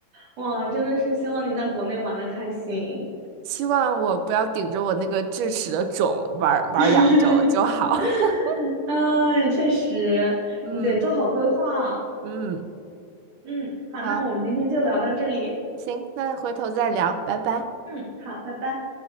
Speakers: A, on the right; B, on the right.
A: 哇，真的是希望你在国内玩的开心。
B: 希望我不要顶着我那个智齿的肿玩儿玩儿两周就好。
A: <laughs>
B: <laughs>
A: 嗯，也确实，
B: 嗯
A: 你得做好规划。
B: 嗯，
A: 嗯，好，
B: 好，
A: 那我们今天就聊到这里。
B: 行，那回头再聊，拜拜。
A: 嗯，好，拜拜。